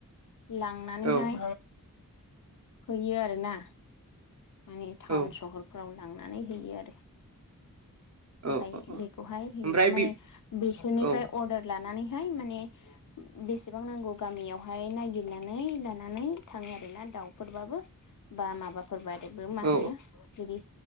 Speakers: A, on the left; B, on the right.
A: लांनानैहाय
B: औ
A: होयो आरोना माने टाउन
B: औ
A: सहर फ्रव लांनानै हैयो आरो
B: औ
A: ओमफाय
B: औ
A: बेखौहाय हैनो
B: ओमफ्राय
A: माने
B: बि
A: बिसोरनिफ्राय
B: औ
A: अर्डार लानानैहाय माने बेसेबां नांगौ गामियावहाय नागिरनानै लानानै थाङो आरोना दाउफोरबाबो बा माबाफोरबादबो मा
B: औ
A: होनो बिदि